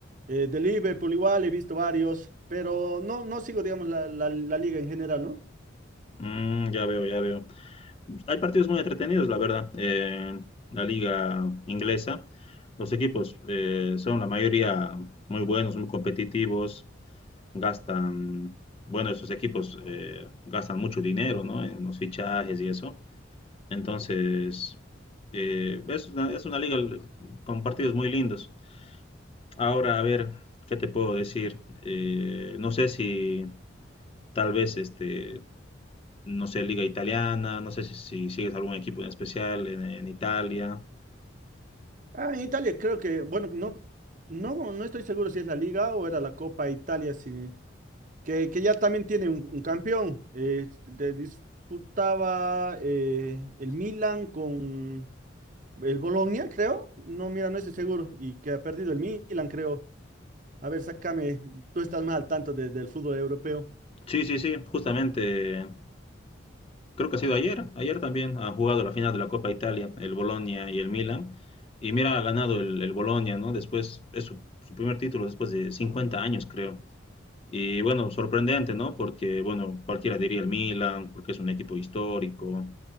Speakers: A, on the right; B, on the left.
A: eh, de Liverpool igual, he visto varios, pero no, no sigo, digamos, la, la la liga en general, ¿no?
B: Mm, ya veo, ya veo. hay partidos muy entretenidos, la verdad. Eh, la liga inglesa, los equipos eh, son la mayoría muy buenos, muy competitivos, gastan, bueno, esos equipos eh, gastan mucho dinero, ¿no? En los fichajes y eso. Entonces, eh, es una, es, una, liga con partidos muy lindos. Ahora, a ver, ¿qué te puedo decir? Eh, no sé si tal vez este no sé, liga italiana, no sé si, si sigues algún equipo en especial en, en Italia.
A: Ah, en Italia creo que, bueno, no, no, no estoy seguro si es la Liga o era la Copa Italia, sí. que, que ya también tiene un, un campeón. Eh, de- disputaba eh, el Milan con el Bologna, creo. No, mira, no estoy seguro. Y que ha perdido el Milan, creo. A ver, sácame, tú estás más al tanto de- del fútbol europeo.
B: Sí, sí, sí, justamente, creo que ha sido ayer, ayer también ha jugado la final de la Copa Italia, el Bolonia y el Milan. Y mira, ha ganado el, el Bolonia, ¿no? Después, es su, su primer título después de 50 años, creo. Y bueno, sorprendente, ¿no? Porque, bueno, cualquiera diría el Milan, porque es un equipo histórico,